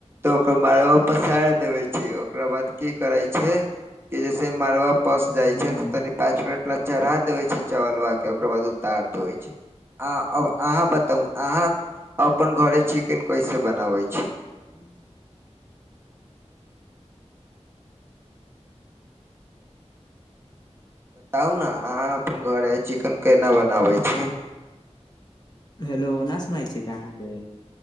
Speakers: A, on the right (about 20°); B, on the left (about 35°).
A: तऽ ओकर मारवा पसैर देबे छै। ओकरा बाद की करै छियै कि जैसे मारवा पस जाय
B: ह
A: छै तऽ तनि पांच मिनट ले चढ़ा देबै छै चावल बा के ओकर बाद उतार देबै छै। आ अब अहाँ बताउ अहाँ अपन घरे चिकेन कैसे बनाबै छी,
B: हूँ <inaudible>
A: कहु ने अहाँ अपन घरे चिकन केना बनाबै छी,
B: हेलो न सुनाइ दे छै क अहाँके?